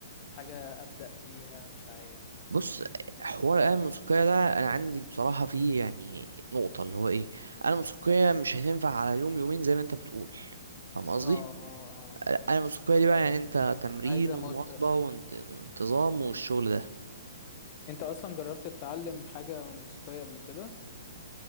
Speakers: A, on the left (about 35°); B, on the right (about 70°).
A: حاجة ابدا بيها مش عارف
B: بص حوار الآلة الموسيقية ده أنا عندي بصراحة فيه يعني نقطة اللي هو إيه الآلة الموسيقية مش هتنفع على يوم يومين زي ما أنت بتقول فاهم قصدي؟
A: اه اه اه
B: انا الموسيقيه دي بقى يعني انت تمرين
A: عايزة
B: ومواظبه
A: مدة
B: وانتظام والشغل ده
A: انت اصلا جربت تتعلم حاجة موسيقية قبل كده